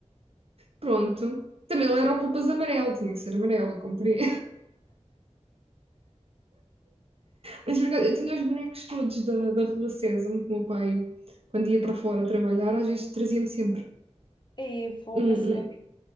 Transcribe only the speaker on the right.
Pronto. Também ele era o Poupas Amarelo, tinha que ser amarelo, eu comprei Mas por acaso, eu tinha os bonecos todos da, da Rua Sésamo, que o meu pai, quando ia para fora trabalhar, às vezes trazia-me sempre
um. um